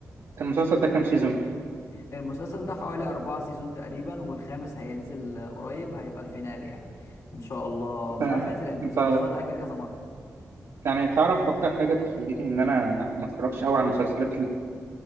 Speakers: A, on the right; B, on the left.
A: المسلسل ده كام سيزون؟
B: المسلسل ده حوالي أربعة سيزون تقريبا والخامس هينزل آه، قريب هيبقى الفينال يعني إن شاء الله مش
A: آه،
B: عارف هينزل إمتى
A: انت
B: بصراحة بس هو اتأجل كذا مرة
A: يعني تعرف اكتر حاجة بتخليني ان انا ما اتفرجش قوي على المسلسلات